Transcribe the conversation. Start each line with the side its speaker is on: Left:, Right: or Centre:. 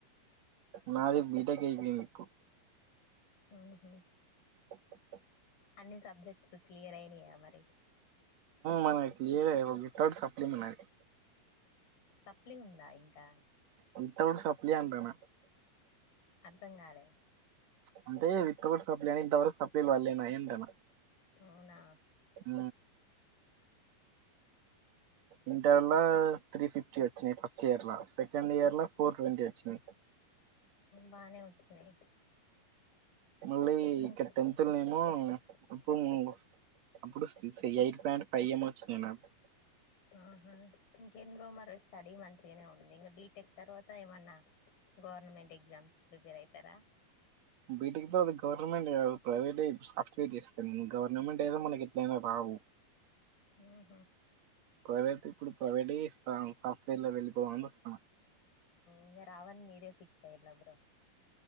Right: నాది బీ టెక్ అయి పోయింది ఇప్పుడు
Left: హ హ
Right: అే
Left: అన్ని సబ్జెక్ట్స్ క్లియర్ అయినియా మరి
Right: మనకి క్లియర్ వితౌట్ సప్లిమెంట్ అది
Left: సప్లి ఉందా ఇంకా
Right: ఇంతడు సప్లింటనా <unintelligible>
Left: అర్ధం కాలే
Right: అంటే విత్ కూడా సప్లై అని ఇంతవరకు సప్లైలు వాళ్ళేనా ఏంటనా <unintelligible>
Left: అవునా
Right: అ ఇంటర్ లో త్రీ ఫిఫ్టీ వచ్చినాయి ఫస్ట్ ఇయర్ లో సెకండ్ ఇయర్ లో ఫోర్ ట్వంటీ వచ్చినాయి
Left: బానే వచ్చినాయి
Right: మళ్ళీ
Left: ఇంక్
Right: ఇక్కడ టెన్త్లునేమో అప్పు అప్పుడు ఎయిట్ పాయింట్ ఫైవ్ఎమో వచ్చినియి నాకు
Left: ఆహా ఇంకెందులో మరి స్టడీ మంచిగానే ఉంది ఇంకా బీటెక్ తర్వాత ఏమన్నా గవర్నమెంట్ ఎగ్జామ్స్ ప్రిపేర్ అయితారా
Right: బీటెక్ తర్వాత అది గవర్నమెంట్ కాదు ప్రైవేటే సాఫ్ట్వేర్ చేస్తా గవర్నమెంట్ అయితే మనకి ఎట్లయినా రావు
Left: ఉహు
Right: ప్రైవేట్ ఇప్పుడు ప్రైవేట్ గా సాఫ్ట్వేర్ వెళ్ళిపోనిస్తా
Left: ఇంక రావని మీరే ఫిక్స్ అయిలా బ్రో